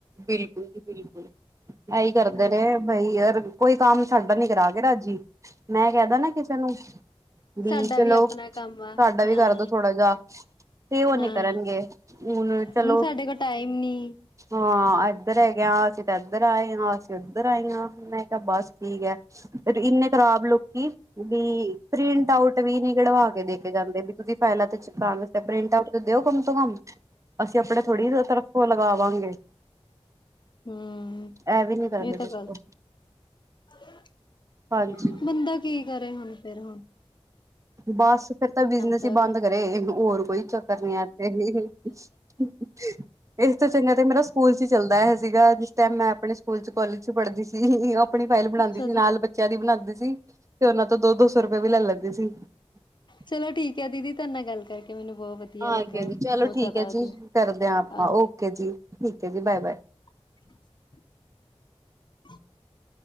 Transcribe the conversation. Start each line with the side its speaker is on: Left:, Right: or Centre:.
Right: ਬਿਲਕੁਲ ਜੀ ਬਿਲਕੁਲ । ਇਹੀ ਕਰਦੇ
Left: ਹਾਂ
Right: ਨੇ ਬਈ ਅਰ, ਕੋਈ ਕੰਮ ਸਾਡਾ ਨੀ ਕਰਾ ਕੇ ਰਾਜੀ ਮੈ ਕਹਿ ਦਾ ਨਾ ਕਿਸੇ ਨੂੰ, ਵੀ
Left: ਸਾਡਾ
Right: ਚਲੋ
Left: ਆਪਣਾ
Right: ਸਾਡਾ
Left: ਕੰਮ ਆ
Right: ਵੀ
Left: ਹਾਂ
Right: ਕਰਦੋ ਥੋੜਾ ਜਾ। ਤੇ ਉਹ ਨੀ
Left: ਹਾਂ
Right: ਕਰਨਗੇ ਹੁਨ ਚਲੋ
Left: ਹੁਣ ਸਾਡੇ ਕੋਲ ਟਾਈਮ ਨੀ
Right: । ਹਾਂ ਇੱਧਰ ਹੈਗੇ ਆ ਅਸੀ ਤੇ ਇੱਧਰ ਆਏ ਆ ਅਸੀ ਉਧਰ ਆਏ ਆ ਮੈ, ਬਸ ਠੀਕ ਏ ਤੇ ਇੰਨੇ ਖਰਾਬ ਲੋਕੀ ਵੀ ਪ੍ਰਿੰਟ ਆਊਟ ਵੀ ਨੀ ਕਢਵਾ ਕੇ ਦੇ ਕੇ - ਜਾਂਦੇ ਵੀ ਤੁਸੀ ਫਾਇਲਾ ਤੇ ਚਿਪਕਾਨ ਵਾਸਤੇ ਪ੍ਰਿੰਟ ਆਊਟ ਤੇ ਦਿਓ ਕੰਮ ਸੇ ਕੰਮ। ਅਸੀ ਆਪਣੇ ਥੋੜੀ ਤਰਫ ਤੋ ਲਗਾਵਾਂਗੇ ।
Left: ਹੂੰ
Right: ਇਹ ਵੀ ਨੀ ਕਰਦੇ
Left: ਇਹ ਤੇ
Right: ਦੱਸੋ
Left: ਗਲਤ <inaudible>
Right: ਹਾਂਜੀ
Left: ਬੰਦਾ ਕੀ ਕਰੇ ਹੁਣ ਫੇਰ ਹੁਣ ।
Right: ਬਸ ਫੇਰ ਤਾ ਬਿਜਨਸ
Left: ਤੇ
Right: ਈ
Left: ਹੈਗੇ
Right: ਬੰਦ ਕਰੇ ਹੋਰ ਕੋਈ ਚੱਕਰ ਨੀ ਆ ਇਥੇ। ਅ <inaudible> <inaudible> ਇਸ ਤੋ ਚੰਗਾ ਤੇ ਮੇਰਾ ਸਕੂਲ ਚ ਈ ਚੱਲਦਾ ਸੀਗਾ ਜਿਸ ਟਾਈਮ ਮੈ ਆਪਣੇ ਸਕੂਲ ਚ ਕੋਲਜ ਚ ਪੜ੍ਹਦੀ ਸੀ, ਆਪਣੀ ਫਾਈਲ ਬਣਾਦੀ
Left: ਅੱਛਾ
Right: ਸੀ ਨਾਲ ਬੱਚਿਆ ਦੀ ਬਣਾਦੀ ਸੀ ਤੇ ਉਹਨਾ ਤੋ ਦੋ- ਦੋ ਸੌ ਰੁਪਿਆ ਵੀ ਲੈ ਲੈਂਦੀ ਸੀ । <unintelligible> <inaudible>
Left: ਚਲੋ ਠੀਕ ਏ ਦੀਦੀ ਤੁਹਾਡੇ ਨਾਲ ਗੱਲ ਕਰਕੇ ਮੈਨੂੰ ਬਹੁਤ ਵਧੀਆ
Right: ਹਾਂਜੀ
Left: ਲੱਗਾ
Right: ਹਾਂਜੀ ਚਲੋ
Left: ਬਹੁਤ
Right: ਠੀਕ
Left: ਜਿਆਦਾ
Right: ਹੈ
Left: ਜੀ
Right: ਕਰਦੇ ਹਾਂ ਆਪਾਂ
Left: ਅ।
Right: ਓਕੇ ਜੀ ਠੀਕ ਏ ਜੀ ਬਾਏ - ਬਾਏ ।
Left: <unintelligible> <inaudible>